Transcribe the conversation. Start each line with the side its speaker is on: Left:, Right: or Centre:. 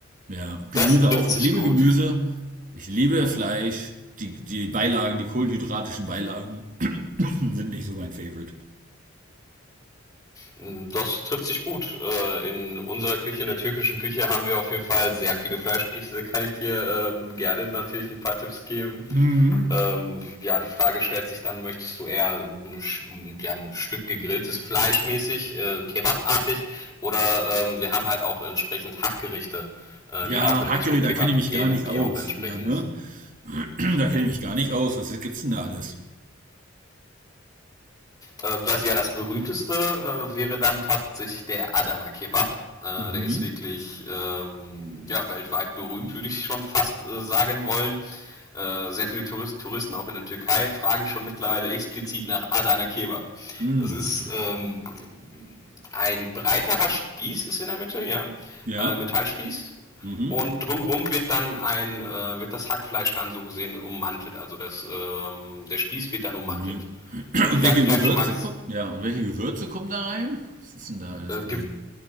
Right: Ja, Gemüse
Left: das trifft
Right: auch.
Left: sich
Right: Ich liebe
Left: gut.
Right: Gemüse. Ich liebe Fleisch. Die, die Beilagen, die kohlenhydratischen Beilagen <clears throat> sind nicht so mein Favorite.
Left: Das trifft sich gut. Äh, In unserer Küche, in der türkischen Küche, haben wir auf jeden Fall sehr viele Fleischgerichte. Da kann ich dir ähm, gerne natürlich ein paar Tipps geben.
Right: Mhm.
Left: Ähm, ja, die Frage stellt sich dann, möchtest du eher ähm, sch- ja, ein Stück gegrilltes Fleisch mäßig, äh, kebabartig, oder ähm, wir haben halt auch entsprechend Hackgerichte, äh,
Right: Ja,
Left: die auch in Richtung
Right: Hackery,
Left: Kebab
Right: da kenne ich mich
Left: gehen
Right: gar nicht
Left: und die
Right: aus.
Left: auch entsprechend
Right: Ja, ne? <clears throat> Da kenne ich mich gar nicht aus. Was gibt's denn da alles?
Left: Ähm, das ja das berühmteste äh, wäre dann tatsächlich der Adana Kebab. Äh,
Right: Mhm.
Left: der ist wirklich ähm, ja, weltweit berühmt, würde ich schon fast äh, sagen wollen. Äh, sehr viele Touris- Touristen, auch in der Türkei, fragen schon mittlerweile explizit nach Adana Kebab.
Right: Mhm.
Left: Das ist ähm, ein breiterer Spieß ist in der Mitte, ja,
Right: Ja.
Left: äh, Metallspieß.
Right: Mhm.
Left: Und drumherum wird dann ein, äh, wird das Hackfleisch dann so gesehen ummantelt. Also das, ähm, der Spieß wird dann ummantelt.
Right: Ja. <clears throat>
Left: Äh, vielleicht,
Right: Und welche
Left: vielleicht
Right: Gewürze
Left: schon mal ges-
Right: kommen? Ja, und welche Gewürze kommen da rein? Was ist denn da alles
Left: äh,
Right: drin?
Left: Ge